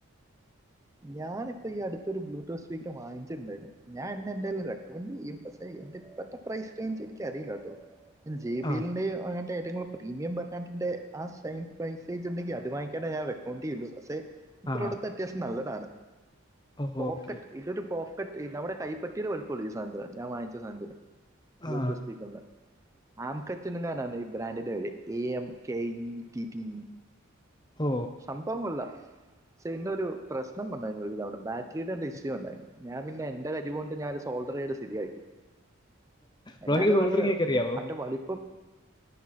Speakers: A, on the right (about 15°); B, on the left (about 20°).
A: ഞാനിപ്പോ ഇപ്പൊ അടുത്തൊരു ബ്ലൂടൂത്ത് സ്പീക്കർ വാങ്ങിച്ചിട്ടുണ്ടായിരുന്നു ഞാൻ അന്നെ എന്തായാലും റെക്കമെന്റ് ചെയ്യും പഷേ അയിന്റെ ഇപ്പത്തെ പ്രൈസ് റേഞ്ച് എനിക്ക് അറിയില്ലാട്ടോ. ജെ
B: ആ
A: ബി എലിന്റെയോ അങ്ങനത്തെ ഏറ്റവും പ്രീമിയം ബ്രാണ്ടിന്റെ ആ സൈം പ്രൈസേജ് ഉണ്ടെങ്കി അത് വാങ്ങിക്കാനെ ഞാൻ റെക്കമെണ്ട് ചെയുള്ളു പക്ഷേ ഈ
B: ആ
A: പ്രോഡക്റ്റ് അത്യാവശ്യം നല്ലതാണ്
B: ഓ
A: പോക്കറ്റ്
B: ഓക്കെ
A: ഇതൊരു പോ നമ്മുടെ കൈപ്പത്തീടെ വലുപ്പൊള്ളൂ ഈ സാനത്തിന് ഞാൻ വാങ്ങിച്ച സാനത്തിന് ബ്ലൂടൂത്ത്
B: ആ
A: സ്പീക്കറിന്റെ ആംകെറ്റ് ന്ന് ആണ്ടേ ഈ ബ്രാൻഡിന്റെ പേര് A M K E TT
B: ഓ
A: സംഭവം കൊള്ളാം പക്ഷേ ഇയിന് ഒരു പ്രശ്നം ഉണ്ടായിര്ന്ന് ഒരു തവണ ബാറ്ററിയുടെ ന്തൊ ഇഷ്യൂ ഉണ്ടായിരുന്നു ഞാൻ പിന്നെ എന്റെ കരി കൊണ്ട് ഞാന ഒരു സോൾഡറഡ യ്തു സ്ഥിതിയാക്കി
B: ബ്രോയ്ക്ക്
A: എന്നാലും
B: സോൾഡറിങ്
A: ഒരു
B: ഒക്കെ അറിയാവോ
A: അന്റെ വലിപ്പം